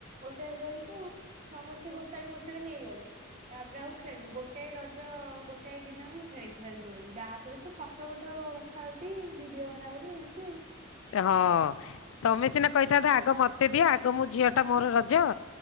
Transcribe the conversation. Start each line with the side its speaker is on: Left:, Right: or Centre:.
Right: ଗୋଟେ ଦୋଳି ତ ଆଉ ସମସ୍ତେ ଘୋଷାଡି ମୋଷାଡି ନେଇଗଲେ। ତାପରେ ଆଉ ଖେଳିନୁ ଗୋଟଏ ରଜ ଗୋଟାଏ ଦିନ ମୁଁ ଖେଳିଚି ଖାଲି ଦୋଳି ତାପରେ ତୁ ପ ଫଟ ଫଟ ଉଠା ଉଠି ଭିଡିଓ ବନାବନି ଏମିତି ଆଉ।
Left: ହଁ ତମେ ସିନା କହିଥାନ୍ତ ଆଗ ମତେ ଦିଅ ଆଗ ମୁଁ ଝିଅଟା ମୋର ରଜ।